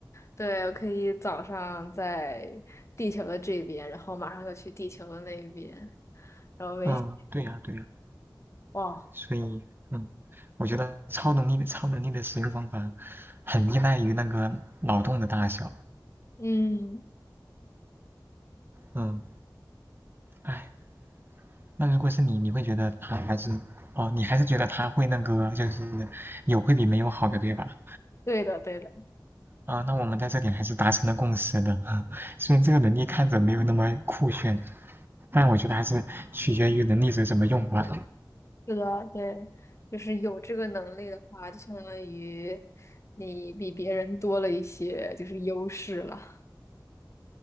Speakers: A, on the left (about 35°); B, on the right (about 30°).
A: 对，我可以早上在地球的这边，然后马上就去地球的那边，然后每天，
B: 嗯，对呀，对呀，
A: 哇，
B: 所以嗯，我觉得超能力的超能力的使用方法很依赖于那个脑洞的大小。
A: 嗯，
B: 嗯，唉。那如果是你，你会觉得他还是哦，你还是觉得他会那个，就是有会比没有好的，对吧？
A: 对的，对的。
B: 啊，那我们在这点还是达成了共识的。<laughs> 虽然这个能力看着没有那么酷炫，但我觉得还是取决于能力者怎么用吧。
A: 是的，对，就是有这个能力的话，就相当于你比别人多了一些就是优势了。